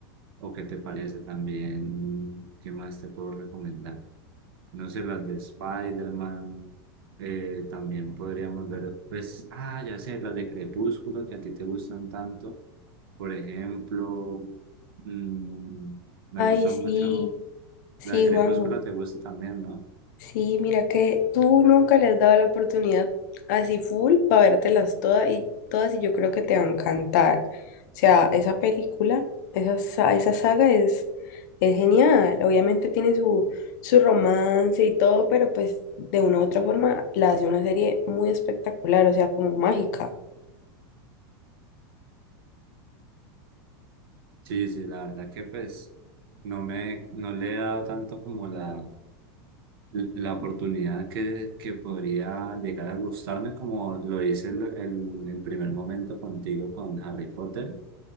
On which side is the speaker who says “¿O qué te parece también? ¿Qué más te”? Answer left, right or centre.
Right